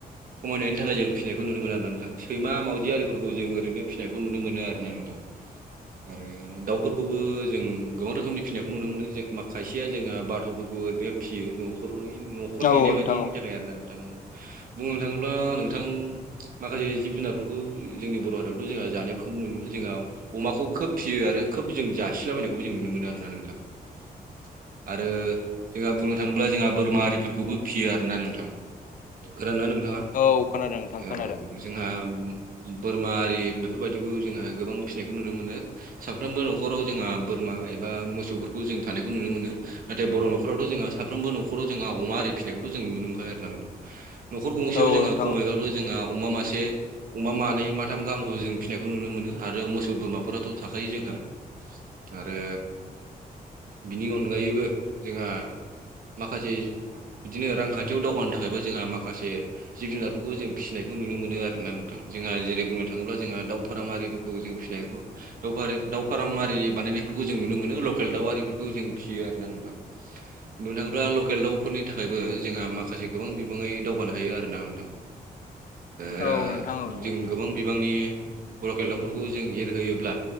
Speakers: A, on the right; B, on the left.
A: समायनायनि थाखाय जों फिसिनायखौ नुनो मोन आर नोंथां सैमा मावजि आरिफोरखौ जों ओरैनो फिसिनायखौ नुनो मोनो आरो ना नोंथां। आरो दाउफोरखौबो जों गोबां रोखोमनि फिसिनायखौ नुनो मोनो जे माखा खायसेया जोंहा बाथ'फोरखौ ओरैनो फियो न'खरनि न'खर
B: औ
A: नेनाय
B: नोंथां
A: बाददिनि
B: औ
A: थाखाय आरो ना नोंथां औ। बुंनो थाङोब्ला नोंथां माखासे जिब जुनारफोर खौ जोंनि बर' हारियावथ' जोंहा जानायफोरखौबो नुनो मोनो जोंहा। अमाखौ खोब फिसियो आरो खोब जों जासिलाबायनायखौ जों नुनो मोनो आरोना नोंथां। <inaudible> आरो जोंहा बुंनो थाङोब्ला जोंहा बोरमा आरिफोरखौबो फियो आरोना नोंथाङा। खोनादोंना नोंथाङा
B: औ खोनादों नोंथां खोनादों।
A: औ। जोंहा बोरमा आरि बेफोरबायदिखौ जोंहा गोबां फिसिनायखौ नुनो मोनो। साफ्रोमबो न'खराव जोंहा बोरमा एबा मोसौफोरखौ जों थानायखौ नुनो मोनो। नाथाय बर' न'खरावथ' जोंहा साफ्रोमबो न'खराव जोंहा अमा आरिनायखौथ' जों नुनो मोनखायो आरो ना नोंथां। न'खर गंसेयाव
B: औ
A: जोंहा
B: नोंथां
A: खमावबाबो जोंहा अमा मासे अमा मानै माथाम गाहामखौ जों फिसिनायखौ नुनो मोनो आरो मोसौ बोरमाफोराथ' थाखायो जोंहा। आरो बिनि अनगायैबो जोंहा माखासे बिदिनो रांखान्थियाव दावगानो थाखायबो जोंहा माखासे जिब जुनारफोरखौ जों फिसिनाय बेखौ नुनो मोनो आर ना नोंथां जोंहा जेरै बुंनो थाङोब्ला जोंहा दाउ फाराम आरिफोरखौ जों फिनायखौ दाउ दाउ फाराम आरि बानायनायफोरखौ जों नुनो मोनो लकेल दाउ आरिफोरखौ जों फिसियो आर ना नोंथां। <inaudible> मोनोबा लकेल दाउफोरनि थाखायबो जोंहा माखासे गोबां बिबङै दावगानो हायो आरोना नोंथां। ओ
B: औ नोंथां औ नंगौ
A: जों गोबां बिबांनि लकेल दाउफोरखौ जों एरहोयोब्ला